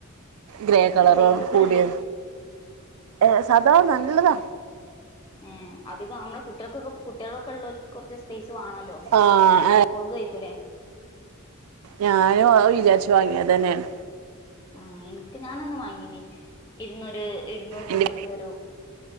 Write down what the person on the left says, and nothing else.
ഏഹ്
സൈസ് എത്രണ്ട്
ഏഹ് അധികം നമ്മുടെ കുട്ടികൾക്കൊക്കെ കുട്ടികളൊക്ക ഉള്ളോൽക്ക് കുറച്ച് സ്പെയ്സ് വണല്
കൊള്ളു യ്ക്കൂലെ
ആഹ് ആഹ്
ആഹ് എനിക്ക് ഞാനൊന്ന് വാങ്ങീന്ന് ഇരുന്നൂര് ഇരുന്നൂറ്
രൂപക്ക് ഒരു